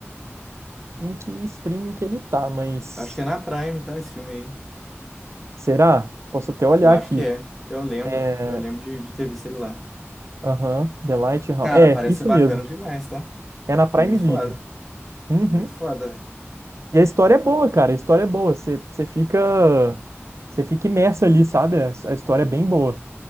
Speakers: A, on the right; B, in the centre.
A: em que streaming que ele tá, mas.
B: Eu acho que é na Prime, tá? Esse filme aí.
A: Será? Posso até olhar
B: Eu acho
A: aqui.
B: que é. Eu lembro.
A: É.
B: Eu lembro de, de ter visto ele lá.
A: Aham, The Lighthouse.
B: Cara,
A: É,
B: parece
A: isso
B: ser bacana
A: mesmo.
B: demais, tá?
A: É na Prime
B: Muito
A: Video.
B: foda.
A: Uhum.
B: Muito foda, velho.
A: E a história é boa, cara. A história é boa. Você você fica. Você fica imerso ali, sabe? A a história é bem boa.